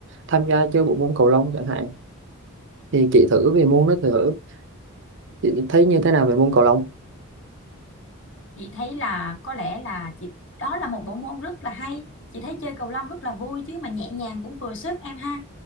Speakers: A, on the right; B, on the left.
A: tham gia chơi bộ môn cầu lông chẳng hạn thì chị thử về môn đó thử chị thấy như thế nào về môn cầu lông
B: chị thấy là có lẽ là chị đó là một bộ môn rất là hay chị thấy chơi cầu lông rất là vui chứ mà nhẹ nhàng cũng vừa sức em ha